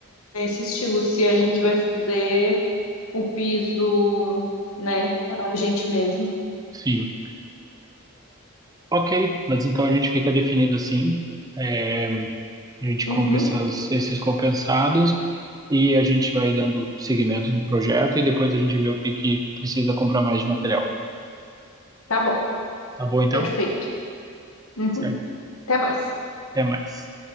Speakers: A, on the left; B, on the right.
A: nesse estilo, se a gente vai fazer o piso, né, a gente mesmo.
B: sim. Ok, mas então a gente fica definido assim. É, A gente
A: Uhum,
B: compra essas- esses compensados e a gente vai dando seguimento no projeto e depois a gente vê o que que precisa comprar mais de material.
A: tá bom,
B: Tá bom, então?
A: perfeito. Uhum,
B: Certo.
A: até mais.
B: Até mais.